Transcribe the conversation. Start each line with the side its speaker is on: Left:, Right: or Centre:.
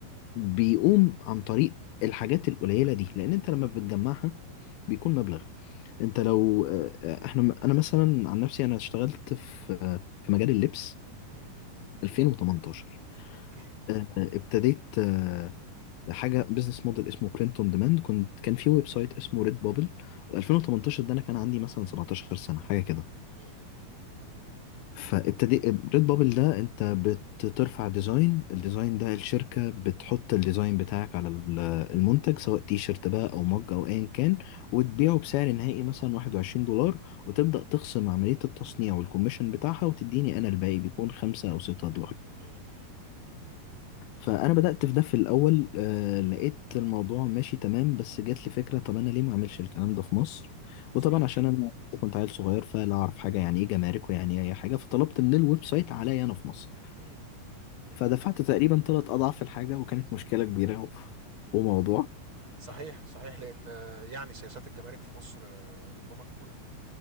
Left: بيقوم عن طريق الحاجات القليلة دي لأن أنت لما بتجمعها بيكون مبلغ انت لو آه، آه، احنا انا مثلا عن نفسي انا اشتغلت في آه، في مجال اللبس
Right: مم،
Left: 2018
Right: اوكي
Left: آه، آه، ابتديت آه، حاجه بزنس موديل اسمه برنت اون ديماند كنت كان في ويب سايت اسمه ريد بابل 2018 ده انا كان عندي مثلا 17 سنه حاجه كده
Right: مم،
Left: فابتدي ريد بابل ده انت بترفع ديزاين الديزاين ده الشركة بتحط الديزاين بتاعك على ال- المنتج سواء تي شيرت بقى او مج او ايا كان وتبيعه بسعر نهائي مثلا 21 دولار وتبدأ تخصم عملية التصنيع والكوميشن بتاعها وتديني انا الباقي بيكون 5 او 6 دولار
Right: مم، مم،
Left: فانا بدات في ده في الاول آه لقيت الموضوع ماشي تمام بس جات لي فكره طب انا ليه ما اعملش الكلام ده في مصر وطبعا
Right: صحيح
Left: عشان انا كنت عيل صغير فلا اعرف حاجه يعني ايه جمارك ويعني ايه اي حاجه فطلبت من الويب سايت عليا انا في مصر
Right: مم.
Left: فدفعت تقريبا ثلاث اضعاف الحاجه وكانت مشكله كبيره و- وموضوع
Right: صحيح صحيح لان آه، يعني سياسات الجمارك في مصر آه، ربما تكون